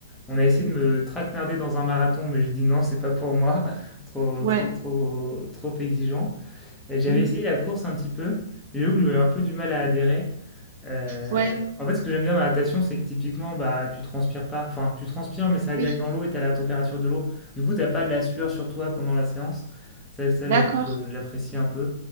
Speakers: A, in the centre; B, on the right.
A: On a essayé
B: Mm.
A: de me traquenarder dans un marathon, mais j'ai dit non, c'est pas pour moi, <laughs> trop,
B: ouais,
A: trop, trop, trop exigeant. Euh, J'avais
B: Mm.
A: essayé la course un petit peu, mais j'avoue que j'avais un peu du mal à adhérer. Euh,
B: ouais,
A: en fait, ce que j'aime bien dans la natation, c'est que typiquement, bah, tu transpires pas. Enfin, tu transpires, mais ça va
B: oui,
A: direct dans l'eau et t'as la température de l'eau. Du coup, t'as pas de la sueur sur toi pendant la séance. Ça, ça,
B: d'accord,
A: j'avoue que j'apprécie un peu.